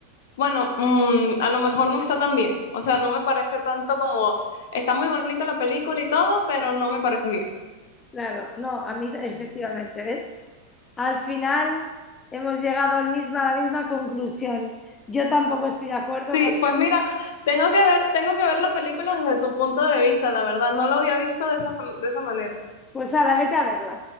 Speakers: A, on the left; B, on the left.
A: bueno, mm, a lo mejor no está tan bien. O sea, no me parece tanto como, está muy bonita la película y todo, pero no me parece bien.
B: claro, no, a mí efectivamente, ¿ves? Al final hemos llegado al misma, a la misma conclusión. Yo tampoco estoy de acuerdo
A: Sí, pues mira, tengo que ver, tengo que ver la película desde tu punto de vista, la verdad, no lo había visto de esa, de esa manera.
B: Pues ahora vete a verla.